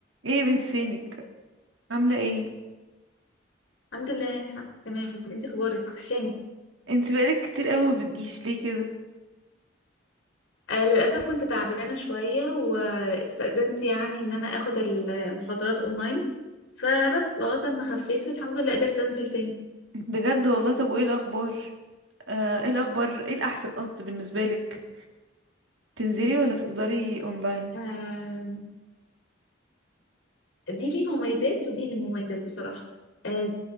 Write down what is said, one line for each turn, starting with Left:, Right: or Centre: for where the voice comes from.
Right: ايه يا بنت فينك عامله ايه
Left: الحمد لله تمام انت اخبارك وحشاني
Right: انت بقالك كتير قوي ما بتجيش ليه كده
Left: آه للاسف كنت تعبانه شويه واستأذنت يعني ان انا اخد المحاضرات اونلاين فبس لغايه ما خفيت والحمد لله قدرت انزل تاني
Right: بجد والله طب وايه الاخبار آه ايه الاخبار ايه الاحسن قصدي بالنسبه لك تنزلي ولا تفضلي اونلاين
Left: آه دي ليه مميزات ودي ليه مميزات بصراحه آه